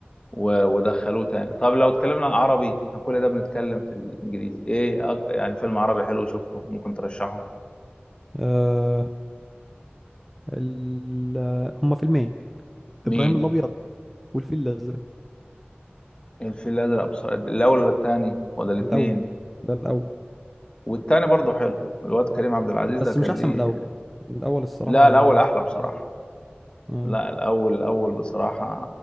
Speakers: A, on the left (about 25°); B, in the centre.
A: و- ودخلوه تاني طب لو اتكلمنا عربي احنا كل ده بنتكلم في الانجليزي ايه أك- يعني فيلم عربي حلو شفته ممكن ترشحه
B: آه... ال... هما فيلمين
A: مين
B: ابراهيم الابيض والفيل الازرق
A: الفيل الازرق بصراحه الاول ولا التاني ولا الاثنين
B: الاول ده الاول
A: والتاني برضه حلو الواد كريم عبد العزيز
B: بس
A: ده كان
B: مش احسن
A: ليه
B: من الاول الاول الصراحه
A: لا الاول احلى بصراحه
B: يعني آه.
A: لا الاول الاول بصراحه